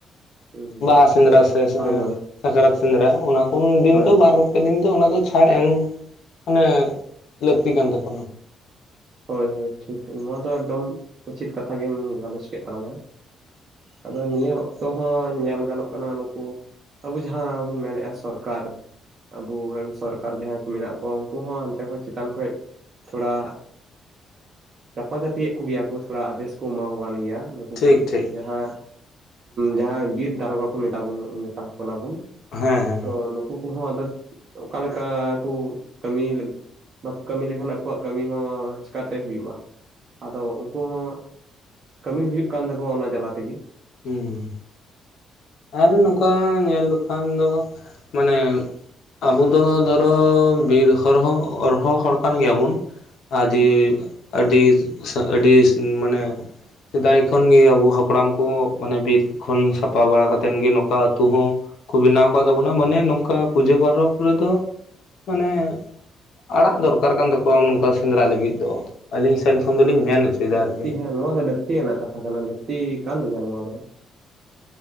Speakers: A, on the right (about 50°); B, on the left (about 75°).
A: ᱦᱳᱭ
B: ᱵᱟᱦᱟ ᱥᱮᱸᱫᱽᱨᱟ ᱥᱮ
A: ᱦᱳᱭ
B: ᱥᱟᱠᱨᱟᱛ ᱥᱮᱸᱫᱽᱨᱟ ᱚᱱᱟ ᱠᱚ ᱫᱤᱱ
A: ᱦᱳᱭ
B: ᱫᱚ ᱵᱟᱨ ᱯᱮ ᱫᱤᱱ ᱫᱚ ᱚᱱᱟ ᱫᱚ ᱪᱷᱟᱲ ᱮᱢ ᱢᱟᱱᱮ ᱞᱟᱹᱠᱛᱤ ᱠᱟᱱ ᱛᱟᱠᱚᱣᱟ‍᱾
A: ᱦᱳᱭ ᱦᱳᱭ ᱴᱷᱤᱠ ᱱᱚᱣᱟ ᱫᱚ ᱮᱠᱫᱚᱢ ᱩᱪᱤᱛ ᱠᱟᱛᱷᱟ ᱜᱮᱢ ᱜᱟᱞᱚᱪ ᱠᱮᱫ ᱛᱟᱞᱟᱝᱟ᱾ ᱟᱫᱚ ᱱᱤᱭᱟᱹ ᱚᱠᱛᱚ ᱦᱚᱸ ᱧᱮᱞ ᱜᱟᱱᱚᱜ ᱠᱟᱱᱟ ᱱᱩᱠᱩ ᱟᱵᱚ ᱡᱟᱦᱟᱸ ᱡᱟᱦᱟᱸ ᱵᱚᱱ ᱢᱮᱱᱮᱫᱼᱟ ᱥᱚᱨᱠᱟᱨ᱾ ᱟᱵᱚᱨᱮᱱ ᱥᱚᱨᱠᱟᱨ ᱡᱟᱦᱟᱸᱭ ᱠᱚ ᱢᱮᱱᱟᱜ ᱠᱚᱣᱟ ᱩᱱᱠᱩ ᱦᱚᱸ ᱦᱟᱱᱛᱮ ᱠᱷᱚᱱ ᱪᱮᱛᱟᱱ ᱠᱷᱚᱡ ᱛᱷᱚᱲᱟ ᱪᱟᱯᱟᱪᱟᱯᱤᱭᱮᱫ ᱠᱚᱜᱮᱭᱟ ᱠᱚ ᱛᱷᱚᱲᱟ ᱟᱫᱮᱥ ᱠᱚ ᱮᱢᱟ ᱠᱟᱱ ᱜᱮᱭᱟ ᱩᱱᱠᱩ
B: ᱴᱷᱤᱠ ᱴᱷᱤᱠ
A: ᱡᱟᱦᱟᱸ ᱡᱟᱦᱟᱸ ᱵᱤᱨ ᱫᱟᱨᱜᱟ ᱠᱚ ᱢᱮ ᱢᱮᱛᱟ ᱠᱩ ᱠᱟᱱᱟ ᱵᱚᱱ
B: ᱦᱮᱸ ᱦᱮᱸ
A: ᱛᱳ ᱱᱩᱠᱩ ᱠᱚᱦᱚᱸ ᱟᱫᱚ ᱚᱠᱟᱮ ᱞᱮᱠᱟ ᱠᱩ ᱠᱟᱹᱢᱤ ᱵᱟᱠᱚ ᱠᱟᱹᱢᱤ ᱞᱮᱠᱷᱟᱱ ᱩᱱᱠᱩᱣᱟᱜ ᱠᱟᱹᱢᱤ ᱦᱚᱸ ᱪᱤᱠᱟᱛᱮ ᱦᱩᱭᱩᱜᱼᱟ ᱟᱫᱚ ᱩᱱᱠᱩ ᱦᱚᱸ ᱠᱟᱹᱢᱤ ᱦᱩᱭᱩᱜ ᱠᱟᱱ ᱛᱟᱠᱚᱣᱟ ᱚᱱᱟ ᱡᱟᱞᱟ ᱛᱤᱜᱤ
B: ᱦᱮᱸ ᱟᱨ
A: ᱟᱫᱚ
B: ᱱᱚᱝᱠᱟ ᱧᱮᱞ ᱞᱮᱠᱷᱟᱱ ᱫᱚ ᱢᱟᱱᱮ ᱟᱵᱩ ᱫᱚ ᱫᱷᱚᱨᱚ ᱵᱤᱨ ᱦᱚᱨᱦᱚᱸ ᱦᱚᱨᱦᱚᱸ ᱦᱚᱲ ᱠᱟᱱ ᱜᱮᱭᱟᱵᱩᱱ
A: ᱦᱩᱸ
B: ᱟᱫᱤ ᱟᱹᱰᱤ ᱟᱹᱰᱤ ᱢᱟᱱᱮ ᱥᱮᱫᱟᱭ ᱠᱷᱚᱱ ᱜᱮ ᱟᱵᱚ ᱦᱟᱯᱲᱟᱢ ᱠᱚ ᱢᱟᱱᱮ ᱵᱤᱨ ᱠᱷᱚᱱ ᱥᱟᱯᱷᱟ ᱵᱟᱲᱟ ᱠᱟᱛᱮᱱ ᱜᱮ ᱱᱚᱝᱠᱟ ᱟᱛᱩ ᱦᱚᱸ ᱠᱚ ᱵᱮᱱᱟᱣ ᱠᱟᱫ ᱛᱟᱵᱚᱱᱟ ᱢᱟᱱᱮ ᱱᱚᱝᱠᱟ ᱯᱩᱡᱟᱹ ᱯᱚᱨᱚᱵ ᱨᱮᱫᱚ ᱢᱟᱱᱮ ᱟᱲᱟᱜ ᱫᱚᱨᱠᱟᱨ ᱠᱟᱱ ᱛᱟᱠᱚᱣᱟ ᱱᱚᱝᱠᱟ ᱥᱮᱸᱫᱽᱨᱟ ᱞᱟᱹᱜᱤᱫ ᱫᱚ ᱟᱹᱞᱤᱧ ᱥᱮᱱ ᱠᱷᱚᱱ
A: ᱦᱩᱸ
B: ᱫᱚᱞᱤᱧ ᱢᱮᱱ ᱦᱚᱪᱚᱭᱮᱫᱟ
A: ᱞᱟᱹᱠᱛᱤ
B: ᱟᱨᱠᱤ
A: ᱦᱮᱸ ᱱᱚᱣᱟ ᱫᱚ ᱞᱟᱹᱠᱛᱤᱭᱟᱱᱟᱜ ᱠᱟᱛᱷᱟ ᱠᱟᱱᱟ ᱞᱟᱹᱠᱛᱤ ᱠᱟᱱ ᱜᱮᱭᱟ ᱱᱚᱣᱟ ᱫᱚ᱾